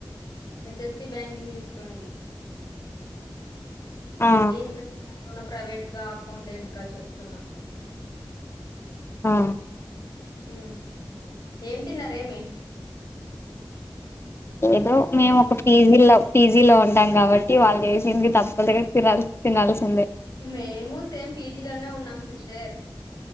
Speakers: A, on the left; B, on the left.
A: ఎస్ఎస్స బ్యాంకింగ్ తీసుకోండి
B: ఆ
A: మలింగ నను ప్రైవేట్ గా అకౌంటెంట్గా చూస్తున్నా
B: ఆ
A: హ ఏం తిన్నారేమి
B: ఏదో మేము ఒక పీజీ లో పీజీలో ఉంటాం కాబట్టి వాళ్ళు చేసేకి తప్పదుగా తినల్ తినాల్సిందే
A: మేము సేమ్ పీజీలోనే ఉన్నాం సిస్టర్